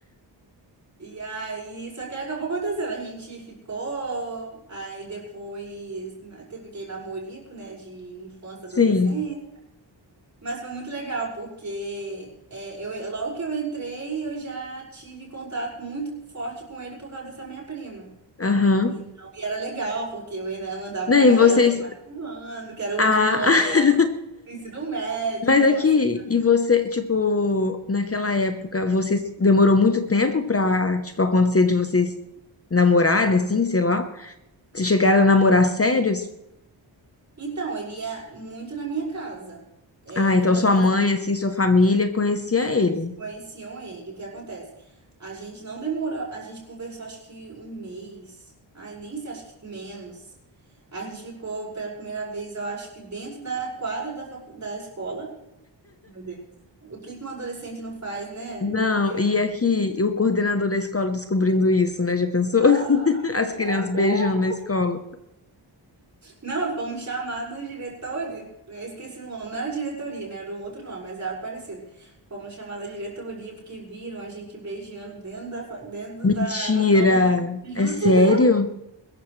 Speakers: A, on the right (about 35°); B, on the left (about 30°).
A: E aí, só que aí acabou acontecendo. A gente ficou, aí depois né, teve aquele namorico, né, de infância,
B: Sim.
A: adolescência. Mas foi muito legal, porque é, eu, logo que eu entrei, eu já tive contato muito forte com ele por causa dessa minha prima.
B: Aham.
A: Então, e era legal, porque eu, ainda- eu andava
B: Não,
A: com a
B: e
A: galera
B: vocês
A: do quarto ano, que era o
B: ah,
A: último ano do
B: <laughs>
A: ensino médio.
B: mas
A: Então,
B: aqui
A: assim.
B: e você, tipo, naquela época, vocês demorou muito tempo pra, tipo, acontecer de vocês namorarem assim, sei lá? Vocês chegaram a namorar sérios?
A: Então, ele ia muito na minha casa. É,
B: Ah,
A: o
B: então
A: que acontece?
B: sua mãe, assim, sua família conhecia
A: Isso,
B: ele.
A: conheciam ele. O que acontece? A gente não demorou, a gente conversou acho que um mês. Ai, nem sei, acho que menos. A gente ficou pela primeira vez, eu acho que dentro da quadra da, facu- da escola. Meu Deus. O que que um adolescente não faz, né?
B: Não,
A: Meu Deus.
B: e aqui o coordenador da escola descobrindo isso, né? Já pensou?
A: Ai,
B: <laughs> As
A: meu
B: crianças
A: Deus.
B: beijando na escola.
A: Não, fomos chamados diretoria. Eu esqueci o nome, não era diretoria, né? Era um outro nome, mas é algo parecido. Fomos chamados da diretoria porque viram a gente beijando dentro da, fa- dentro
B: Mentira!
A: da, do campo. Juro
B: É sério?
A: por Deus.